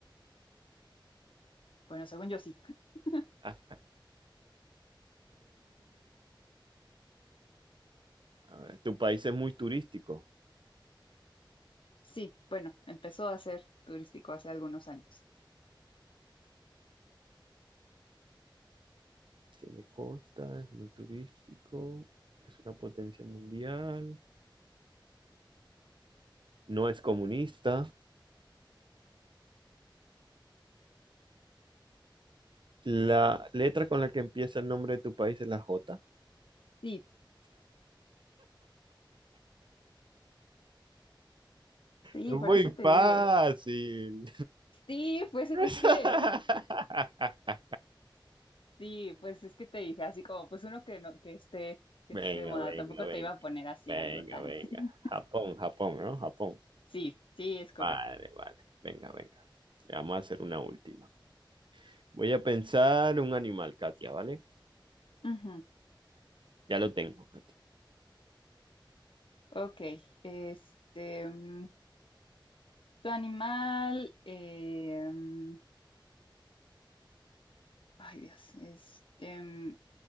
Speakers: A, on the left; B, on the right.
A: Bueno, según yo sí. <laughs>
B: Ah. A ver, tu país es muy turístico.
A: Sí, bueno, empezó a ser turístico hace algunos años.
B: Tiene costa, es muy turístico. Es una potencia mundial. No es comunista. La letra con la que empieza el nombre de tu país es la J.
A: Sí, sí,
B: Es muy
A: por eso te
B: fácil.
A: digo. Sí, pues es
B: <laughs>
A: que Sí, pues es que te dije así como, pues uno que no, que esté, que
B: Venga,
A: esté de moda,
B: venga,
A: tampoco
B: venga,
A: te iba a poner así
B: venga,
A: algo tan.
B: venga.
A: <laughs>
B: Japón, Japón, ¿no? Japón.
A: Sí, sí, es correcto.
B: Vale, vale. Venga, venga. Ya Vamos a hacer una última. Voy a pensar un animal, Katia, ¿vale?
A: Ujú,
B: Ya lo tengo, Katia.
A: Ok, este, mm, tu animal, eh, mm, ay Dios, este, mm,